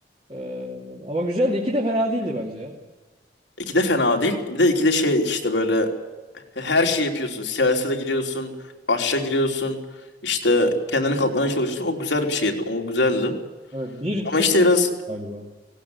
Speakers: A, on the right; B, on the left.
A: E, ama güzeldi. iki de fena değildi bence ya.
B: 2 de fena değil. Bir de 2 de şey işte böyle her şeyi yapıyorsun. Siyasete giriyorsun. Aşağı giriyorsun. İşte kendini kanıtlamaya çalışıyorsun. O güzel bir şeydi. O güzeldi.
A: Evet bir
B: Ama
A: çok
B: işte biraz
A: galiba.